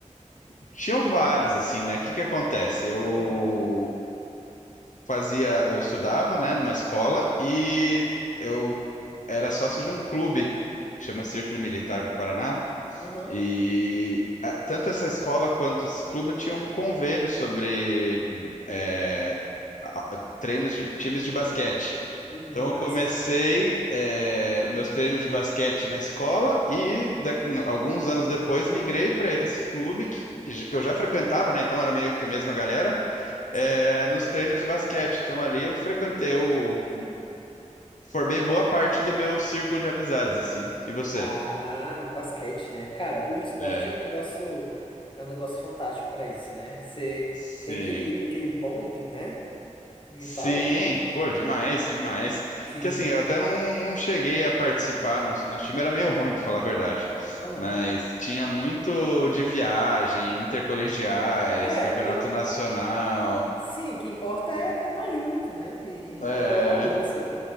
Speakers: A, on the left (about 75°); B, on the left (about 40°).
A: Tinham vários, assim, né? O que que acontece? Eu
B: Ah,
A: fazia, eu estudava, né, numa escola e eu era sócio de um clube que chama Círculo Militar do Paraná.
B: Aham.
A: E ah, tanto essa escola quanto esse clube tinham um convênio sobre eh, a- treinos de times de basquete.
B: Uhum,
A: Então eu
B: massa.
A: comecei eh, meus treinos de basquete na escola e da- alguns anos depois migrei para esse clube que, que j- que eu já frequentava, né? Então era meio que a mesma galera eh,
B: Sim.
A: nos treinos de basquete. Então ali eu frequentei, eu formei boa parte do meu círculo de amizades, assim. E você?
B: Ah, no basquete, né? Cara, o esporte
A: É,
B: é um negócio, é um negócio fantástico pra isso, né? Você
A: sim.
B: tem aquele, aquele bonding, né? Que
A: Sim,
B: fala?
A: pô, demais, demais.
B: Sim.
A: Que assim, eu até não, não cheguei a participar, nosso, nosso time era meio ruim, pra falar a verdade.
B: Aham.
A: Mas tinha muito de viagem, intercolegiais,
B: É,
A: campeonato
B: o-
A: nacional.
B: sim, o que importa é estar junto, né? E,
A: É,
B: e aquela bagunça.